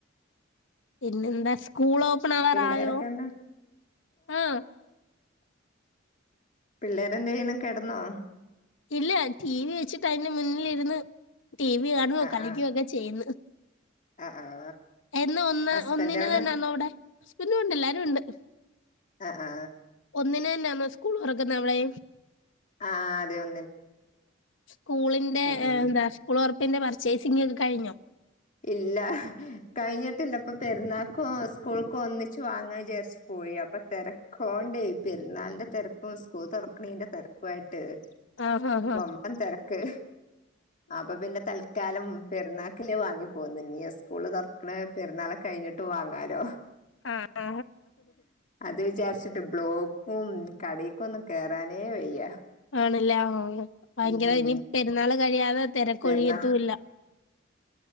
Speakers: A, on the left; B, on the left.
A: പിന്നെന്താ സ്കൂൾ ഓപ്പൺ ആവാറായോ
B: പിള്ളേരൊക്കെന്നാ
A: ആ
B: പിള്ളേരെന്ത ചെയ്യന കെടന്നോ
A: ഇല്ല ടി വി വെച്ചിട്ട് അതിന്റെ മുന്നിലിരുന്ന് ടി വി കാണുമോ
B: ആ
A: കളിക്കുവ
B: ആ
A: ഒക്കെ ചെയ്യുന്നു
B: ആ ആ
A: എന്ന ഒന്ന്
B: ഹസ്ബൻഡ്
A: ഒന്നിന്
B: എവിടെ
A: തന്നെന്ന അവിടെ പിന്നുംണ്ട്ല്ലാരും ഉണ്ട്
B: ആ ആ
A: ഒന്നിനന് തന്നെ സ്കൂൾ തൊറക്കുന്ന അവളെ
B: ആഹ് അതെ ഒ
A: സ്കൂളിന്റെ
B: ഉം
A: എന്താ സ്കൂളൊ ഇ എന്റെ പർച്ചേസിംഗ് ഒക്കെ കഴിഞ്ഞോ
B: ഇല്ല കഴിഞ്ഞിട്ടില്ല ഇപ്പൊ പെരുന്നാൾക്കും സ്കൂൾക്ക ഒന്നിച്ചു വാങ്ങാൻ വിചാരിച്ചു പോയി അപ്പൊ തിരക്കോണ്ടേ പെരുന്നാളിന്റെ തിരക്കും സ്കൂൾ തിറക്കണീന്റെ തിരക്കുയിട്ട് ട്ട്
A: ആഹാ ഹാ.
B: വമ്പൻ തിരക്ക് അപ്പൊ പിന്നെ തൽക്കാലം പെരുന്നാക്കില് വാങ്ങി അപ്പൊ നീ സ്കൂള് തുറക്കണ പെരുന്നാളെ കഴിഞ്ഞിട്ട് വാങ്ങാലോ
A: ആ, ആ, ആ.
B: അത് വിചാരിച്ചിട്ട് ബ്ലോക്ക് ഉം കടക്കൊന്നും കേയറാനേ വയ്യ
A: ആണല്ലേ ആ ഭയങ്കര
B: ഉം ഉം
A: ഇനി പെരുന്നാൾ കഴിയാതെ തിരക്കൊഴിയത്തൂല്ല
B: പെരുന്നാ